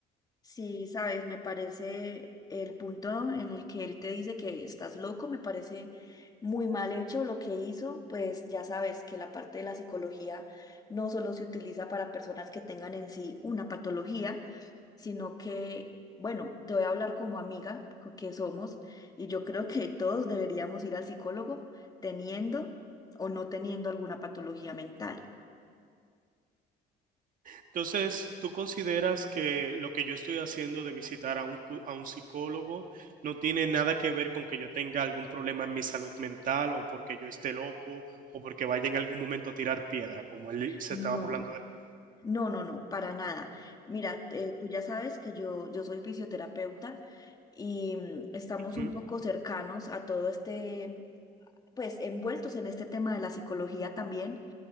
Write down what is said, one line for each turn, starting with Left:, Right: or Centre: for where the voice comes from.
Left: Sí, sabes, me parece el punto en el que él te dice que estás loco, me parece muy mal hecho lo que hizo, pues ya sabes que la parte de la psicología no solo se utiliza para personas que tengan en sí una patología, sino que, bueno, te voy a hablar como amiga co- que somos y yo creo que todos deberíamos ir al psicólogo teniendo o no teniendo alguna patología mental.
Right: Entonces, ¿tú consideras que lo que yo estoy haciendo de visitar a un, cu- a un psicólogo no tiene nada que ver con que yo tenga algún problema en mi salud mental o porque yo esté loco o porque vaya en algún momento a tirar piedra, como él se
Left: No.
Right: estaba burlando de mí?
Left: No, no, no, para nada. Mira, eh, tú ya sabes que yo, yo soy fisioterapeuta y mm, estamos
Right: Ujú.
Left: un poco cercanos a todo este, pues envueltos en este tema de la psicología también.